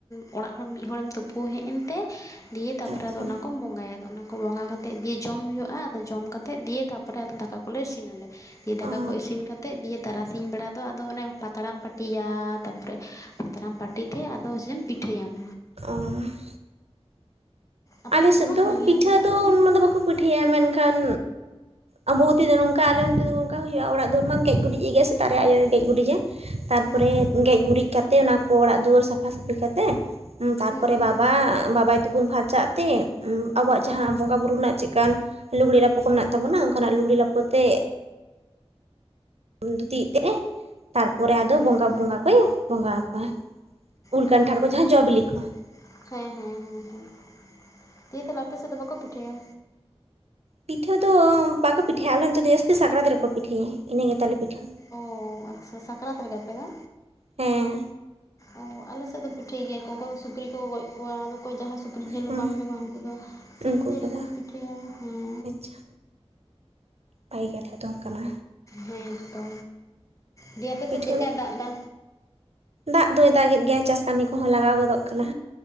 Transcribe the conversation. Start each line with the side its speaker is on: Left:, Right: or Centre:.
Left: ᱚᱲᱟᱜ ᱦᱚᱲ ᱢᱤᱫ ᱦᱚᱲᱮᱢ ᱛᱩᱯᱩ ᱦᱮᱡ ᱮᱱᱛᱮ ᱫᱤᱭᱮ ᱛᱟᱯᱚᱨᱮ
Right: ᱟᱪᱪᱷᱟ
Left: ᱫᱚ ᱚᱱᱟ ᱠᱚᱢ ᱵᱚᱸᱜᱟᱭᱟ, ᱟᱫᱚ ᱚᱱᱟ ᱠᱚ ᱵᱚᱸᱜᱟ ᱠᱟᱛᱮ ᱜᱮ ᱡᱚᱢ ᱦᱩᱭᱩᱜ ᱟᱫᱚ ᱡᱚᱢ ᱠᱟᱛᱮᱫ ᱫᱤᱭᱮ ᱛᱟᱯᱚᱨᱮ ᱟᱫᱚ ᱫᱟᱠᱟ ᱠᱚᱞᱮ ᱤᱥᱤᱱᱟᱞᱮ, ᱫᱤᱭᱮ ᱫᱟᱠᱟ
Right: ᱚ
Left: ᱠᱚ ᱤᱥᱤᱱ ᱠᱟᱛᱮᱫ ᱫᱤᱭᱮ ᱛᱟᱨᱟᱥᱤᱧ ᱵᱮᱲᱟ ᱫᱚ ᱟᱫᱚ ᱚᱱᱮ ᱯᱟᱛᱲᱟᱢ ᱯᱟᱹᱴᱤᱭᱟ ᱛᱟᱯᱚᱨᱮ ᱯᱟᱛᱲᱟᱢ ᱯᱟᱹᱴᱤ ᱛᱮ ᱟᱫᱚ ᱮᱥᱮᱢ ᱯᱤᱴᱷᱟᱹᱭᱟᱢ᱾
Right: ᱚᱻ
Left: ᱟᱯᱮ
Right: ᱟᱞᱮ ᱥᱮᱫ
Left: ᱵᱟᱝ
Right: ᱫᱚ
Left: ᱦᱩᱭᱩᱜ ᱜᱮᱭᱟ
Right: ᱯᱤᱴᱷᱟᱹ
Left: ᱚᱱᱠᱟ
Right: ᱫᱚ ᱩᱱᱟᱹᱜ ᱫᱚ ᱵᱟᱠᱚ ᱯᱤᱴᱷᱟᱹᱭᱟ, ᱢᱮᱱ ᱠᱷᱟᱱ ᱟᱢᱵᱚᱵᱚᱛᱤ ᱫᱚ ᱱᱚᱝᱠᱟ ᱟᱞᱮ ᱚᱱᱛᱮ ᱫᱚ ᱱᱚᱱᱠᱟ ᱦᱩᱭᱩᱜᱼᱟ, ᱚᱲᱟᱜ ᱫᱩᱣᱟᱹᱨᱮᱢ ᱜᱮᱡ ᱜᱩᱨᱤᱡ ᱮᱜ ᱜᱮᱭᱟ ᱥᱮᱛᱟᱜ ᱨᱮ ᱟᱭᱚᱭ ᱜᱮᱡ ᱜᱩᱨᱤᱡᱟ᱾ ᱛᱟᱨᱯᱚᱨᱮ
Left: ᱦᱩᱸ ᱦᱩᱸ
Right: ᱜᱮᱡ ᱜᱩᱨᱤᱡ ᱠᱟᱛᱮ ᱚᱱᱟ ᱠᱚ ᱚᱲᱟᱜ ᱫᱩᱣᱟᱹᱨ ᱥᱟᱯᱷᱟ ᱥᱟᱹᱯᱷᱤ ᱠᱟ ᱛᱟᱨᱯᱚᱨᱮ
Left: ᱦᱩᱸ ᱦᱩᱸ
Right: ᱵᱟᱵᱟ ᱵᱟᱵᱟᱭ ᱛᱩᱯᱩᱱ ᱯᱷᱟᱨᱪᱟᱜ ᱛᱮ ᱟᱵᱚᱣᱟᱜ ᱡᱟᱦᱟᱸ ᱵᱚᱸᱜᱟ ᱵᱩᱨᱩ ᱨᱮᱱᱟᱜ ᱪᱮᱜ ᱠᱟᱱ ᱞᱩᱜᱽᱲᱤ ᱞᱟᱯᱚ ᱠᱚ ᱢᱮᱱᱟᱜ ᱛᱟᱵᱚᱱᱟ, ᱚᱱᱠᱟᱱᱟᱜ ᱞᱩᱜᱽᱲᱤ ᱞᱟᱯᱚ ᱛᱮ ᱫᱷᱩᱛᱤᱜ ᱛᱮ ᱛᱟᱨᱯᱚᱨᱮ
Left: ᱦᱩᱸ
Right: ᱟᱫᱚ ᱵᱚᱸᱜᱟ
Left: ᱦᱩᱸ
Right: ᱵᱚᱸᱜᱟ ᱠᱚᱭ ᱵᱚᱸᱜᱟ ᱟᱠᱚᱣᱟ, ᱩᱞ
Left: ᱦᱩᱸ
Right: ᱠᱟᱱᱴᱷᱟᱲ ᱠᱚ ᱡᱟᱦᱟᱸ
Left: ᱟᱪᱪᱷᱟ
Right: ᱡᱚ
Left: ᱟᱪᱪᱷᱟ
Right: ᱵᱤᱞᱤ ᱠᱚ᱾
Left: ᱦᱮᱸ ᱦᱮᱸ ᱦᱮᱸ, ᱫᱤᱭᱮᱹ ᱛᱟᱦᱞᱮ ᱟᱯᱮ ᱥᱮᱫ ᱫᱚ ᱵᱟᱠᱚ ᱯᱤᱴᱷᱟᱹᱭᱟ?
Right: ᱯᱤᱴᱷᱟᱹ ᱫᱚ ᱵᱟᱠᱚ ᱯᱤᱴᱷᱟᱹᱭᱟ ᱟᱞᱮ ᱱᱚᱛᱮ ᱫᱚ ᱡᱟᱹᱥᱛᱤ ᱥᱟᱠᱨᱟᱛ ᱨᱮᱠᱚ ᱯᱤᱴᱷᱟᱹᱭᱟ ᱤᱱᱟᱹ ᱜᱮᱛᱟᱞᱮ ᱯᱤᱴᱷᱟᱹ᱾
Left: ᱚ ᱟᱪᱪᱷᱟ ᱥᱟᱠᱨᱟᱛ ᱨᱮᱜᱮ ᱯᱮ ᱫᱚ?
Right: ᱦᱮᱸ᱾
Left: ᱚ ᱟᱞᱮ ᱥᱮᱫ ᱫᱚ ᱯᱤᱴᱷᱟᱹᱭ ᱜᱮᱭᱟᱠᱚ ᱚᱠᱚᱭ ᱫᱚ ᱥᱩᱠᱨᱤ ᱠᱚᱠᱚ ᱜᱚᱡ ᱠᱚᱣᱟ ᱟᱫᱚ ᱚᱠᱚᱭ ᱡᱟᱦᱟᱸ ᱥᱩᱠᱨᱤ ᱥᱩᱠᱨᱤ ᱡᱤᱞ
Right: ᱦᱩᱸ
Left: ᱦᱚᱸ ᱵᱟᱢ ᱡᱚᱢᱟ ᱩᱱᱠᱩ ᱫᱚ ᱥᱤᱢ
Right: ᱩᱱᱠᱩ
Left: ᱡᱤᱞ
Right: ᱠᱚᱫᱚ
Left: ᱠᱚᱢ ᱯᱤᱴᱷᱟᱹᱭᱟ ᱦᱮᱸ᱾
Right: ᱟᱪᱪᱷᱟ ᱵᱷᱟᱜᱮ ᱠᱟᱛᱷᱟ ᱛᱚ ᱚᱝᱠᱟᱢᱟ
Left: ᱦᱮᱸᱛᱚ ᱫᱤᱭᱮ ᱟᱯᱮᱥᱮᱫ
Right: ᱯᱤᱴᱷᱟᱹ
Left: ᱪᱮᱫᱠᱟᱭ
Right: ᱫᱚ
Left: ᱫᱟᱜ ᱮᱫᱟ?
Right: ᱫᱟᱜ ᱫᱚᱭ ᱫᱟᱜᱮᱫ ᱜᱮᱭᱟ ᱪᱟᱥ ᱠᱟᱹᱢᱤ ᱠᱚᱦᱚᱸ ᱞᱟᱜᱟᱣ ᱜᱚᱫᱚᱜ ᱠᱟᱱᱟ᱾